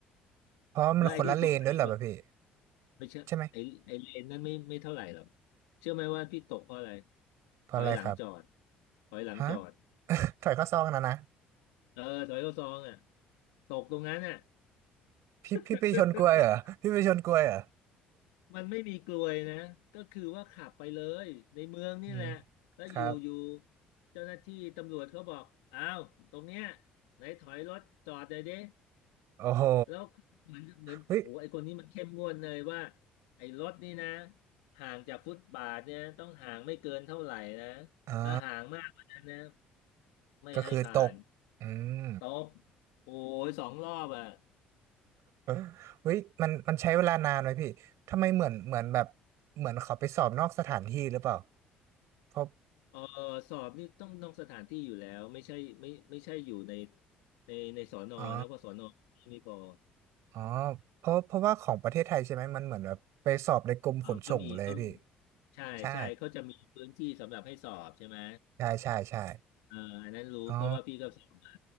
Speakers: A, on the right; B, on the left.
A: เพราะมันคนละเลนด้วยเหรอป่ะพี่
B: และไอ้ที่ตกปฏิบัติไม่เชื่อไอ้ไอ้เลนนั้นไม่ไม่เท่าไหร่หรอก
A: ใช่ไหม
B: เชื่อไหมว่าพี่ตกเพราะอะไร
A: เพราะอะไรครับ
B: ถอยหลังจอดถอยหลังจอด
A: ฮะ <laughs> ถอยเข้าซองนะนะ
B: เออถอยเข้าซองอ่ะตกตรงนั้นอ่ะ
A: พี่พี่ไปชนกล้วยเหรอพี่ไปชนกล้วยเหรอ
B: <laughs> มันไม่มีกลวยนะก็คือว่าขับไปเลยในเมืองนี่แหละ
A: <laughs> อืม
B: แล้วอยู่อยู่
A: ครับ
B: เจ้าหน้าที่ตำรวจเขาบอกอ้าวตรงเนี้ยไหนถอยรถจอดหน่อยดิ
A: โอ้โห
B: แล้วเหมือนเหมือนโอ้ไอคนนี้มันเข้มงวดเลยว่า
A: เฮ้ย
B: ไอรถนี่นะห่างจากฟุตบาทเนี่ยต้องห่างไม่เกินเท่าไหร่นะ
A: อ่า
B: ถ้าห่างมากกว่านั้นนะไม่ให้ผ่าน
A: ก็คือตกอืม
B: ตบโอ้ยสองรอบอ่ะ
A: <laughs> เฮ้ยมันมันใช้เวลานานไหมพี่ทำไมเหมือนเหมือนแบบเหมือนเขาไปสอบนอกสถานที่หรือเปล่าเพราะ
B: เออสอบนี่ต้องนอกสถานที่อยู่แล้วไม่ใช่ไม่ไม่ใช่อยู่ในในในสอนอนะว่าะสอนอไม่พอ
A: อ๋อ อ๋อเพราะเพราะว่าของประเทศไทยใช่ไหมมันเหมือนแบบไปสอบในกรมขนส่งเลยพี่
B: อ่าก็มีก็มีใช่ใช่เขาจะมีพื้นที่สำหรับให้สอบใช่ไหม
A: ใช่ใช่ใช่ใช่
B: เอ่ออันนั้นรู้เพราะว่าพี่ก็สอบมา
A: อ๋อ